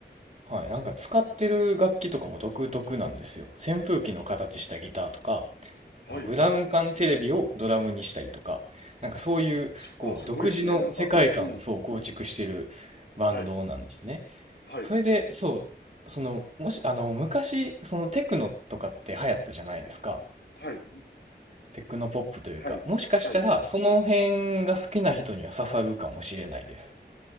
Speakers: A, on the right; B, on the left.
A: はい、なんか使ってる楽器とかも独特なんですよ。扇風機の形したギターとか、
B: はい、
A: あの、ブラウン管テレビをドラムにしたりとか、
B: はい。
A: なんかそういう、
B: あ、す、
A: こう、
B: あ、すごいですね。
A: 独自の世界観をそう構築してるバンドなんですね。
B: なんか、うん、はい、はい、
A: それで、そう、その、もし、あの、昔、そのテクノとかって流行ったじゃないですか。
B: はい、うん
A: テクノポップというか、
B: はい、
A: もしかしたら、
B: はい。
A: その辺が好きな人には刺さるかもしれないです。